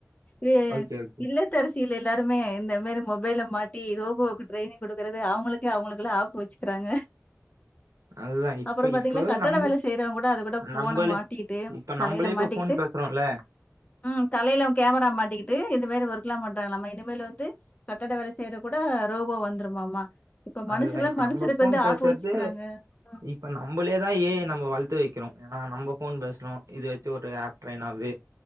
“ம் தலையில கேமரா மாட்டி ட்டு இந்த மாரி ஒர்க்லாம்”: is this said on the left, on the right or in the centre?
Left